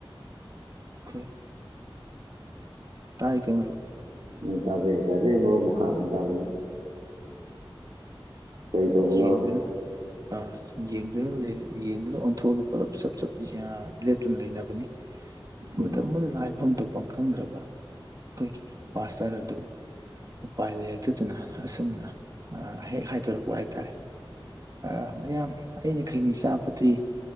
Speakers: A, on the right; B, on the right.
A: ꯑꯩꯈꯣꯏ ꯇꯥꯏꯒꯣ ꯃꯔꯨꯞ
B: ꯎꯝ ꯇꯥꯖꯩ ꯇꯥꯖꯩ ꯃꯔꯨꯞ ꯃꯈꯥ ꯑꯗꯨꯝ ꯇꯥꯕꯤꯌꯨ ꯀꯔꯤ ꯇꯧꯕ
A: ꯌꯦꯡꯗꯨꯅ
B: ꯌꯥꯎꯋꯤ
A: ꯑꯥ ꯌꯦꯡꯗꯨꯅ ꯌꯦꯡꯗꯨꯅ ꯑꯣꯟꯊꯣꯛꯑꯒ ꯄꯨꯂꯞ ꯆꯞ ꯆꯞ ꯂꯦꯞꯇꯨꯅ ꯂꯩꯅꯕꯅꯤ
B: ꯎꯝ
A: ꯃꯇꯝ ꯑꯗꯨꯗ ꯍꯥꯏꯐꯝ ꯇꯧꯐꯝ ꯈꯪꯗ꯭ꯔꯕ ꯑꯩꯈꯣꯏꯒꯤ ꯄꯥꯁꯇꯔ ꯑꯗꯨ ꯎꯄꯥꯏ ꯂꯩꯔꯛꯇꯗꯨꯅ ꯑꯁꯨꯝꯅ ꯍꯦꯛ ꯍꯥꯏꯗꯣꯔꯛꯄ ꯍꯥꯏ ꯍꯥꯏꯇꯥꯔꯦ ꯃꯌꯥꯝ ꯑꯩꯅ ꯈꯩꯅꯤ ꯆꯥꯕꯗꯤ